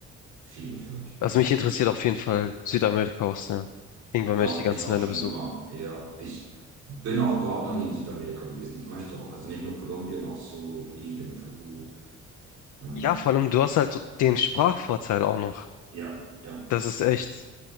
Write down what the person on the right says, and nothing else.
Viel gefährlicher.
Doch,
mich auch
schon
immer. Ja, ich bin auch überhaupt noch nie in Südamerika gewesen. Ich möchte auch. Also nicht nur Kolumbien, auch so Bolivien, Peru. Ähm,
ja, ja,